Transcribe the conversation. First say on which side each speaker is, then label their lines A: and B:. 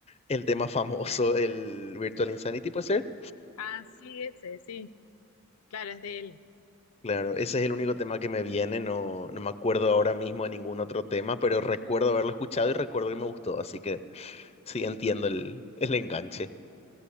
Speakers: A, on the left (about 30°); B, on the left (about 80°).
A: el tema famoso, el Virtual Insanity, ¿puede ser?
B: Ah, sí, ese, sí. Claro, es de él.
A: Claro, ese es el único tema que me viene, no, no me acuerdo ahora mismo de ningún otro tema, pero recuerdo haberlo escuchado y recuerdo que me gustó, así que sí entiendo el, el enganche.